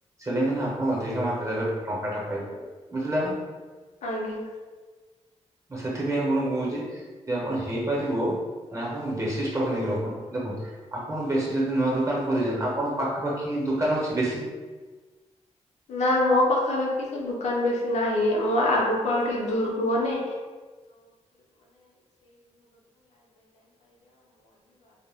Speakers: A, on the right; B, on the left.
A: ସେଲିଂ ଆପଣ ଅଧିକ ମାତ୍ରାରେ ଟଙ୍କା ଟା ପାଇପାରିବ ବୁଝିଲେ ନା।
B: ଆଜ୍ଞା।
A: ମୁଁ ସେଥିପାଇଁ ଆପଣଙ୍କୁ କହୁଛି ଯେ ଆପଣ ହେଇପାରିବ ନ ଆପଣ ବେସି ଷ୍ଟକ୍ ନେଇକି ରଖନ୍ତ ଦେଖନ୍ତୁ। ଆପଣ ବେଶି ଯଦି ନୂଆ ଦୋକାନ କରିଛନ୍ ଆପଣଙ୍କ ପାଖାପାଖି ଦୋକାନ ଅଛି ବେଶି।
B: ନା ମୋ ପାଖାପାଖି ତ ଦୁକାନ ବେଶି ନାହିଁ ମୁଁ ଆଗକୁ ଆଉ ଟିକେ ଦୂରକୁ ଗଲେ